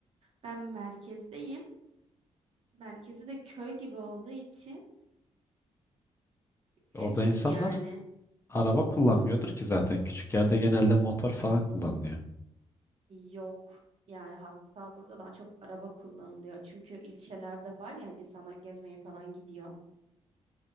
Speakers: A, on the right; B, on the left.
A: Ben merkezdeyim. Merkezi de köy gibi olduğu için Küçük
B: orada insanlar
A: yani.
B: araba kullanmıyordur ki zaten. Küçük yerde genelde motor falan kullanılıyor.
A: Yok. Yani hatta burada daha çok araba kullanılıyor. Çünkü ilçelerde var ya hani insanlar gezmeye falan gidiyor.